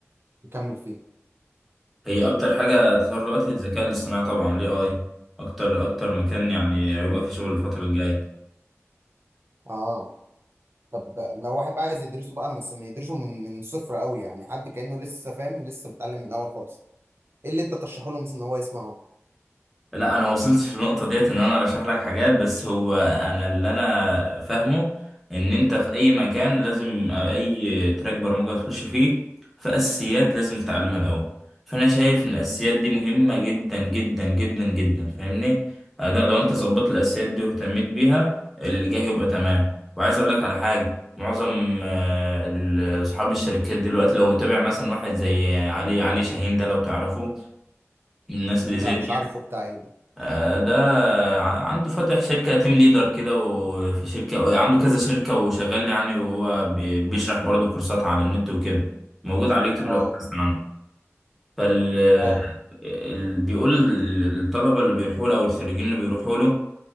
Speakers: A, on the right (about 55°); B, in the centre.
A: يكمل فيه
B: هي اكتر حاجه تطور دلوقتي الذكاء الاصطناعي طبعا ليه اي اكتر اكتر مكان يعني هيبقى في شغل الفتره الجايه
A: اه طب لو واحد عايز يدرسه بقى بس ما يدرسه من من صفر قوي يعني حد كأنه لسه فاهم لسه بيتعلم من اول خالص ايه اللي انت ترشحه له مثلا ان هو يسمعه
B: لا انا ما وصلتش للنقطه ديت ان انا ارشح لك حاجات بس هو انا اللي انا فاهمه ان انت في اي مكان لازم أو اي تراك برمجه تخش فيه في اساسيات لازم تتعلمها الاول فانا شايف ان الاساسيات دي مهمه جدا جدا جدا جدا فاهمني أنا لو انت ظبطت الاساسيات دي واهتميت بيها اللي جاي يبقى تمام وعايز اقول لك على حاجه معظم آه، ال- اصحاب الشركات دلوقتي لو تابع مثلا واحد زي علي علي شاهين ده لو تعرفه من الناس اللي زي
A: لا مش
B: دي
A: عارفه بتاع ايه ده
B: آه، ده ع- عنده فاتح شركة تيم ليدر كده وفي شركة عنده كذا شركة وشغال يعني وهو بي- بيشرح برضه كورسات على النت وكده موجود على اليوتيوب
A: اه
B: لو بحثت عنه فال
A: اه
B: ال- بيقول الطلبة اللي بيروحوا له أو الخريجين اللي بيروحوا له